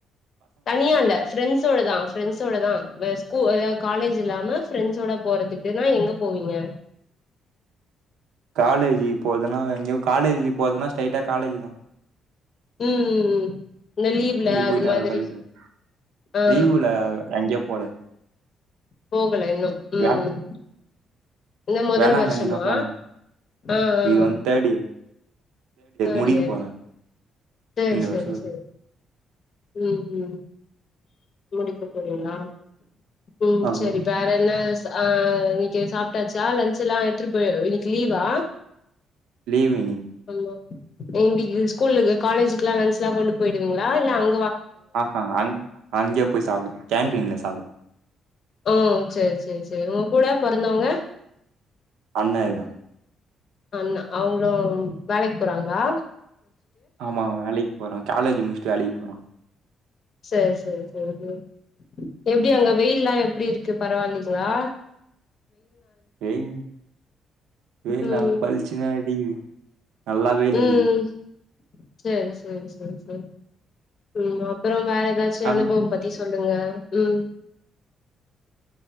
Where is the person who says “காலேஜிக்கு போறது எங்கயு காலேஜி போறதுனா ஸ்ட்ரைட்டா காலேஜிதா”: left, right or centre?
Right